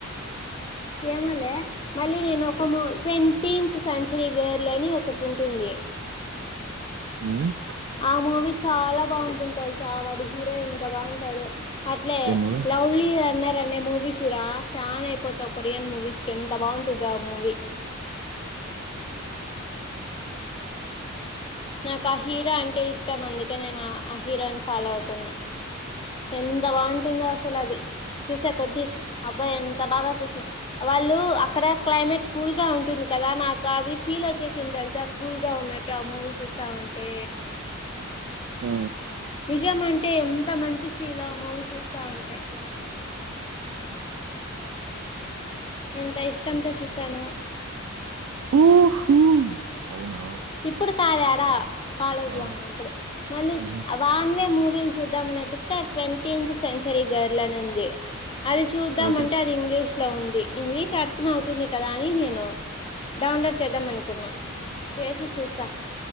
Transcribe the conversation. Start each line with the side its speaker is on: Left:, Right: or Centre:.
Left: ఏమొ లే మళ్ళీ నేను ఒక మూవీ ట్వంటిన్ సంచర గర్ల అని ఒకటి ఉంటుంది
Right: హ
Left: ఆమువి చాలా బాగుంటుంటలుసా వాడు హీరో ఎంత బాగుంటాడు అట్లే
Right: ఏం మూవీ
Left: లవలీ అ అనే మూవీ చూడా ఫ్యాన్ అయిపోతావు కొరియన్ మూవీస్ కి ఎంత బాగుంటుందో ఆ మూవీ నాకు ఆ హీరో అంటే ఇష్టం అందుకే నేను ఆ హీరోని ఫాలో అవుతున్నా ఎంత బాగుంటుందో అసలు అది చూసే కొద్ది అబ్బాయి ఎంత బాగా చూసిన వాళ్ళు అక్కడ క్లైమేట్ కూల్గా ఉంటుంది కదా నాకు అది ఫీల్ వచ్చేసింది తెలుసా కూల్ గా ఉన్నట్టు ఆ మూవీ చూసి స్తా ఉంటే
Right: ఆ
Left: నిజం అంటే ఎంత మంచి ఫీల్ మూవీ చూస్తా ఉంటే నాకు ఎంత ఇష్టంతో చూసాను
Right: ఊహూ అవునా
Left: ఇప్పుడు సదాడ కాలేజ్
Right: ఆ
Left: లో ఉన్నప్పుడు మళ్ళీ
Right: ఉహూ
Left: వాన్వే మూీ చూద్దామని వెతికితే ట్వంటన్ సెంచరీ గర్ల్ అని ఉంది అది చూద్దాం
Right: ప్రోటీన్
Left: అంటే అది ఇంగ్లీష్ లో ఉంది ఇంగ్లీష్ అర్థం అవుతుంది కదా అని నేను డౌన్లోడ్ చేద్దాం అనుకున్నా చెసి చూస్తా